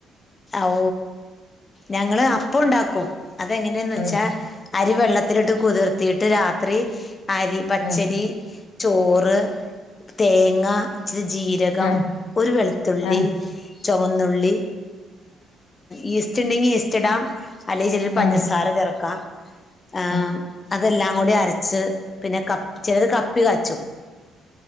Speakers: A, on the left; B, on the left.
A: ഓ ഞങ്ങള് അപ്പ ഉണ്ടാക്കും അതെങ്ങനെയാന്ന് വെച്ചാ
B: ഉം
A: അരി വെള്ളത്തിലിട്ട് കുതിർത്തിട്ട് രാത്രി അരി പച്ചരി
B: ഉം
A: ചോറ് തേങ്ങ ച്ചിരി ജീരകം
B: ആഹ്
A: ഒരു വെളുത്തുള്ളി
B: ആഹ്
A: ചൊവന്നുള്ളി ഈസ്റ്റ് ണ്ടെങ്കി ഈസ്റ്റ് ടാം അല്ലെ ചെലര് പഞ്ചസാര
B: ആഹ്
A: ചേർക്കാം ആമ്
B: ആഹ്
A: അ അതെല്ലാം കൂടി അരച്ച് പിന്നെ കപ് ചെലര് കപ്പി കാച്ചു